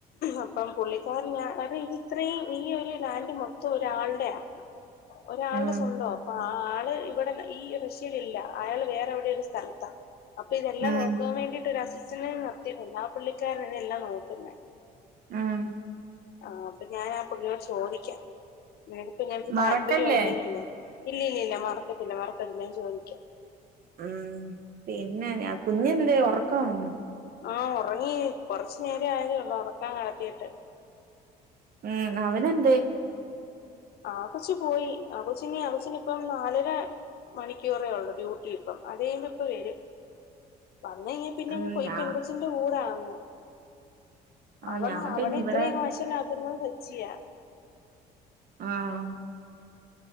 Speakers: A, on the left; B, on the right.
A: അപ്പം പുള്ളിക്കർ ഞ അത് ഇത് ഇത്രയും ഈ ഒരു ലാൻഡ് മൊത്തം ഒരാളുടെ. ഒരാളുടെ
B: ഉം
A: സ്വന്തോ അപ്പൊ ആ ആള് ഇവിടെ ഈ റഷ്യലില്ല അയാൾ വേറെ എവിടയോ ഒരു സ്ഥലത്താ. അപ്പൊ ഇതെല്ലാം
B: ഉം
A: നോക്കുവാ വേണ്ടയിട്ട് ഒരു അസിസ്റ്റന്റ് നിർത്തിയിട്ടുണ്ട് ആ പുള്ളിക്കാരന് ഇതെല്ലാം നോക്കുന്നെ.
B: ഉം
A: ആ അപ്പൊ ഞാൻ ആ പുള്ളിയോട് ചോദിക്കാം. നിങ്ങക്ക് ഇങ്ങനത്തെ
B: മറക്കല്ലേ
A: താല്പര്യം ഉണ്ടയില്ലേ ഇല്ല ഇല്ല ഇല്ല മറത്തട്ടില്ല മറത്തട്ടില്ല ഞാൻ ചോദിക്കാ.
B: ഉം പിന്നെ കുഞ്ഞെന്തേ ഉറക്കവാന്നോ?
A: ആഹ ഉറങ്ങി കൊറച്ചു നേരം ആയതള്ളു ഉറക്കാൻ കടത്തിട്ട്.
B: ഉം അവനെന്തേ?
A: ആ കൊച്ചു പോയി ആ കൊച്ചിന് ആ കൊച്ചിനി ഇപ്പം നാലര മണിക്കൂറെ ഉള്ളൂ ഡ്യൂട്ടി. അം അത്പ ഇപ്പൊ വരും. വന്ന കൈഞ്ഞാ പിന്നെ
B: ഉം
A: ഈ പോയി
B: ഞാ
A: പെൻ കൊച്ചിന്റെ കൂടാന്ന്.
B: ആ
A: അവണ്
B: ഞാൻ
A: അവന
B: പിന്നെ ഇവിടെ
A: ഇത്രയും വഷളാക്കുന്നെ സച്ചിയാ.
B: ആഹ്‌